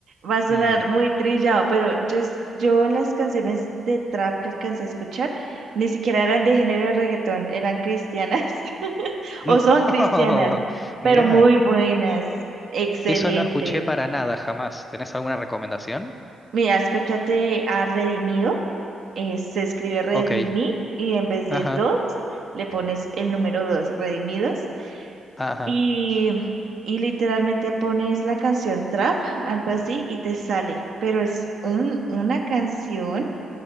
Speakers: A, on the right; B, on the left.
A: Va a sonar
B: Mm.
A: muy trillado, pero yo, es- yo las canciones de trap que alcancé a escuchar ni siquiera eran de género de reggaetón, eran cristianas <laughs>
B: <laughs>
A: o son cristianas, pero
B: No, mirá,
A: muy buenas, excelentes.
B: eso no escuché para nada jamás. ¿Tenés alguna recomendación?
A: Mira, escúchate a Redimido, eh, se escribe Redimí
B: Ok,
A: y en vez
B: ajá,
A: de dos le pones el número dos, Redimidos.
B: ajá,
A: y, y literalmente pones la canción trap, algo así, y te sale. Pero es un, una canción